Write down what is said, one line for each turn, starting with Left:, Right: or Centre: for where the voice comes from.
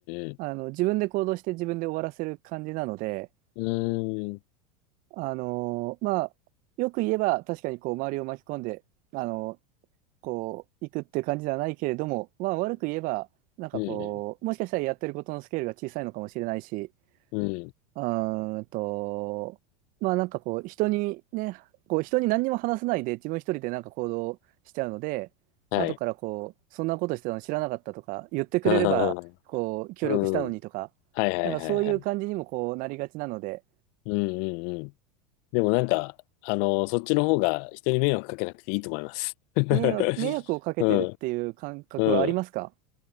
Left: うん。
Right: あの、自分で行動して自分で終わらせる感じなので、
Left: うん。うん。
Right: あのまあ、よく言えば確かにこう周りを巻き込んで、あのこう、行くって感じではないけれども、まあ悪く言えば、なんかこう、
Left: うん。
Right: もしかしたらやってることのスケールが小さいのかもしれないし、
Left: うん。
Right: うーんと、まあなんかこう、人にね、こう、人に何にも話さないで自分一人でなんか行動しちゃうので、
Left: はい。
Right: 後からこう、そんなことしてたの知らなかったとか、言ってくれれば、
Left: う
Right: こう、協力したのにとか、
Left: ん。はいはいはいはい。
Right: なんかそういう感じにもこうなりがちなので、
Left: うんうんうん。でもなんか、あの、そっちの方が人に迷惑かけなくていいと思います。
Right: 迷惑、
Left: <laughs>
Right: 迷惑をかけてるっていう感覚はありますか
Left: うん。うん。